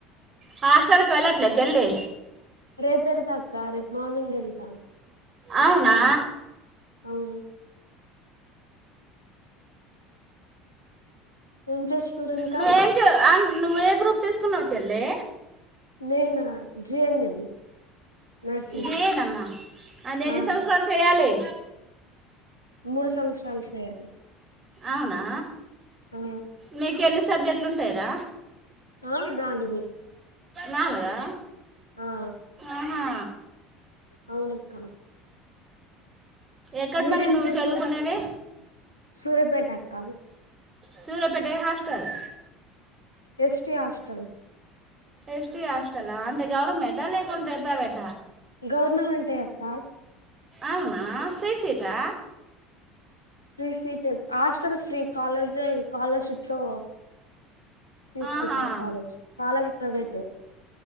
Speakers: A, on the right; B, on the left.
A: హాస్టల్కి వెళ్ళట్లే చెల్లీ
B: రేపు వెళ్తా అక్కా రేపు మార్నింగ్ ఎళ్తా
A: అవునా
B: అవును ఏం చేస్తురు ఇంకా
A: నువ్వేం చే ఆ, నువ్వు ఏ గ్రూప్ తీసుకున్నావ్ చెల్లే
B: నేనా జిఎన్ఎం నర్సింగ్
A: జేనమ్మా అది ఎన్ని
B: ఆ
A: సంవత్సరాలు చేయాలి
B: మూడు సంవత్సరాలు చేయాలి
A: అవునా
B: ఆ
A: మీకు ఎన్ని సబ్జెక్ట్లు ఉంటాయి ద
B: ఆ నాలుగు
A: నాలుగా
B: ఆ
A: ఆహా
B: అవునక్క
A: ఎక్కడ
B: మీరేం
A: మరి నువ్వు
B: చేస్తుర్
A: చదువుకునేది
B: సూర్యాపేట అక్క
A: సూర్యపేట ఏ హాస్టల్
B: ఎస్టి హాస్టల్
A: ఎస్టి హస్టలా అంటే గవర్నమెంటా లేకుంటే ప్రైవేట
B: గవర్నమెంటే అక్కా
A: అవునా ఫ్రీ సీటా
B: free seat hostel free college scholarship తో తీసుకుంటారు
A: ఆహా
B: కాలేజ్ కాలేజ్ ప్రైవేట్